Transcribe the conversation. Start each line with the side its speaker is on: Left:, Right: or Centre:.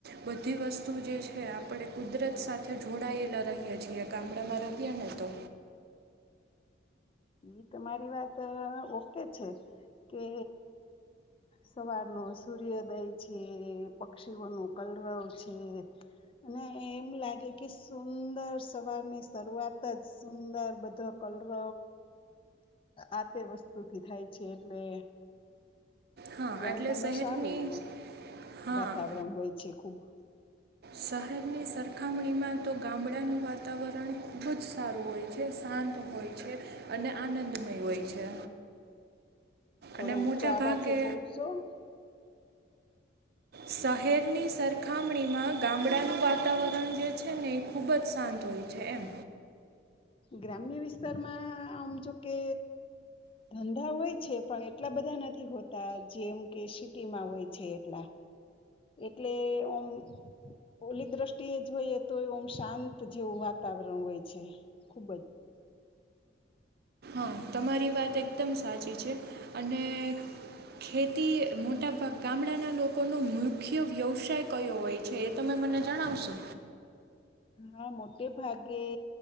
Right: બધી વસ્તુ જે છે આપણે કુદરત સાથે જોડાયેલા રહએ છીએ ગામડામાં રહ્યા ને તો
Left: એ તો તમારી વાત ઓકે છે કે સવારનો સૂર્યોદય છે પક્ષીઓ ન કલરવ છે અને એમ લાગે કે સુંદર સવારની શરૂઆત જ સુંદર બધો કલરવ આ તે વસ્તુથી થાય છે એટલે
Right: હા
Left: ગામડામાં
Right: એટલે શહેરની
Left: સારું
Right: હા
Left: વાતાવરણ હોય છે ખુબ
Right: શહેરની સરખામણીમાં તો ગામડાનું વાતાવરણ ખૂબ જ સારું હોય છે શાંત હોય છે અને આનંદમય હોય છે
Left: થોડો
Right: અને
Left: ઊંચા
Right: મોટા
Left: આવાજે
Right: ભાગે
Left: બોલશો. <inaudible>
Right: શહેરની સરખામણીમાં ગામડાનું વાતાવરણ જે છે ને એ ખૂબ જ શાંત હોય છે એમ.
Left: ગ્રામ્ય વિસ્તારમાં આમ જોકે ધંધા હોય છે પણ એટલા બધા નથી હોતા જેમ કે સિટીમાં હોય છે એટલા એટલે ઓમ ઓલી દ્રષ્ટિએ જોઈએ તો ઓમ શાંત જેવું વાતાવરણ હોય છે. ખુબ જ
Right: હા તમારી વાત એકદમ સાચી છે અને ખેતી મોટાભાગ ગામડાના લોકોનો મુખ્ય વ્યવસાય કયો હોય છે એ તમે મને જણાવશો
Left: હા મોટે ભાગે